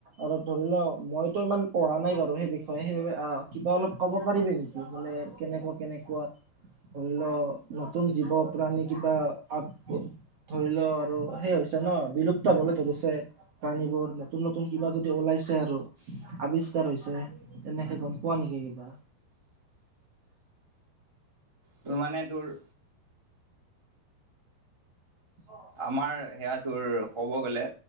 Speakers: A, on the right (about 60°); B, on the right (about 30°).
A: আৰু ধৰিলোৱা মইতো ইমান পঢ়া নাই বাৰু সেই বিষয়ে সেইবাবে কিবা অলপ ক'ব পাৰিবি নি কি মানে কেনেকুৱা কেনেকুৱা ধৰি ল নতুন জীৱ প্ৰাণী কিবা আগ ব ধৰি ল আৰু সেই হৈছে ন বিলুপ্ত হবলে ধৰিছে প্ৰানীবোৰ নতুন নতুন কিবা যদি ওলাইছে আৰু আৱিষ্কাৰ হৈছে তেনেকে গম পোৱা নেকি কিবা
B: তোৰ মানে তোৰ
A: অ
B: আমাৰ হেয়াটো ক'ব গ'লে